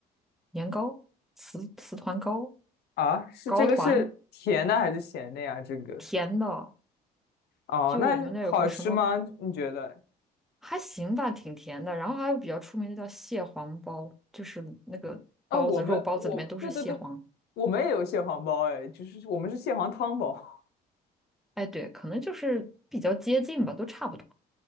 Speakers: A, in the centre; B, on the left (about 70°).
A: 年糕、糍糍团糕、
B: 啊？是这个是甜的还是咸的呀？
A: 糕团，
B: 这个
A: 甜的。
B: 哦，
A: 就我们那有个什么
B: 那好吃吗？你觉得？
A: 还行吧，挺甜的。然后还有比较出名的叫蟹黄包，就是那个包子，
B: 啊，我们我对对对，
A: 肉包子里面都是蟹黄。
B: 我们也有蟹黄包哎，就是我们是蟹黄汤包。
A: 哎，对，可能就是比较接近吧，都差不多。